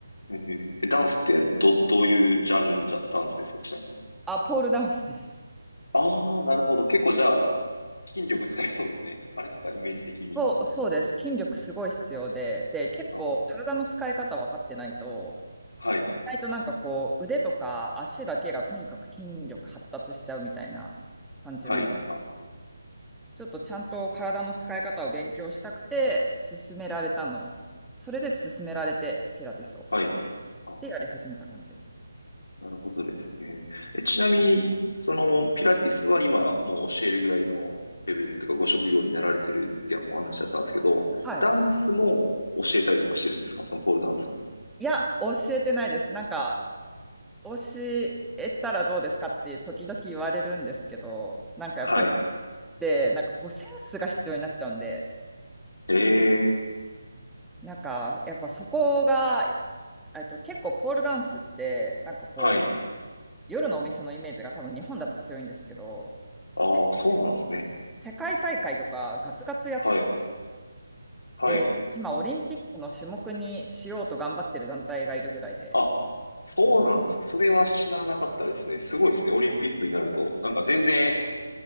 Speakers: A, on the left (about 60°); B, in the centre.
A: えーえダンスってど、どういうジャンルのジャダンスですかちなみに。
B: あ、ポールダンスです。
A: ああ、なるほど。結構じゃあ、筋力使いそうですね。あれなんかイメージ的に。
B: そう、そうです。筋力すごい必要で、で、結構体の使い方分かってないと、
A: ああ、はい、
B: 意外となんかこう、腕とか足だけがとにかく筋力発達しちゃうみたいな感じなの。
A: はい、あ、
B: ちょっとちゃんと体の使い方を勉強したくて、勧められたの。それで勧められて、ピラティスを。
A: はい。あ
B: で、やり始めた感じですね。
A: なるほどですね。え、ちなみに、その、ピラティスは今、もう教えるぐらいのレベルというか、ご職業になられてるってお話だったんですけど、
B: はい。
A: ダンスも教えたりとかしてるんですかそのポールダンスも。
B: いや、教えてないです。なんか、教えたらどうですかって時々言われるんですけど、なんかやっぱり、
A: は
B: で、なんかこうセンスが必要になっちゃうんで、
A: い。ええ、
B: なんかやっぱそこが、えっと、結構ポールダンスって、なんかこう、
A: はい。
B: 夜のお店のイメージが多分日本だと強いんですけど、
A: ああ、
B: 結構せ
A: そうなんですね。
B: 世界大会とかガツガツやって
A: はい。はい。
B: て、今オリンピックの種目にしようと頑張ってる団体がいるぐらいで、
A: あ、そうなんですか。それは知らなかったですね。すごいですね。オリンピックになると。なんか全然